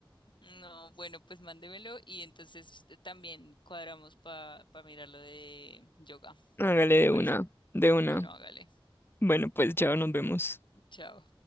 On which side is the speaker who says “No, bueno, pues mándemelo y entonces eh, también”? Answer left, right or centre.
Left